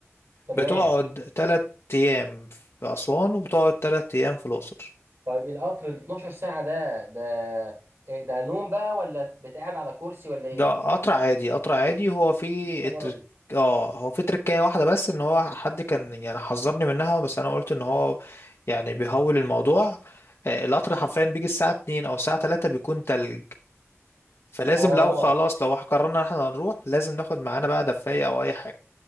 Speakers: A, on the right; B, on the left.
A: تمام
B: بتقعد 3 أيام في أسوان وبتقعد 3 أيام في الأقصر
A: طيب القطر ال 12 ساعة ده ده إيه ده نوم بقى ولا بتقعد على كرسي ولا ايه؟
B: ده قطر عادي قطر عادي هو في
A: خبر
B: الترك...
A: ابيض
B: اه هو في تركية واحدة بس ان هو حد كان يعني حذرني منها بس انا قلت ان هو يعني بيهول الموضوع آه، القطر حرفيا بيجي الساعة 2 او الساعة 3 بيكون تلج فلازم
A: اه
B: لو خلاص لو قررنا ان احنا هنروح لازم ناخد معانا بقى دفاية او اي حاجة